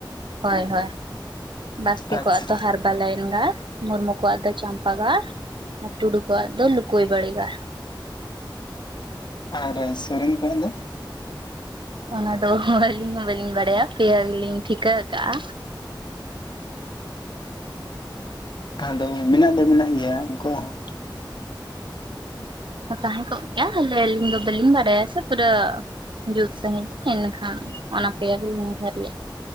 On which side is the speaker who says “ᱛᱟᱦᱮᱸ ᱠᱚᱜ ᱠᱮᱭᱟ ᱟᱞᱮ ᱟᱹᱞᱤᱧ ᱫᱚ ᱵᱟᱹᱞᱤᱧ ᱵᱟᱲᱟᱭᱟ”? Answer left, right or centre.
Right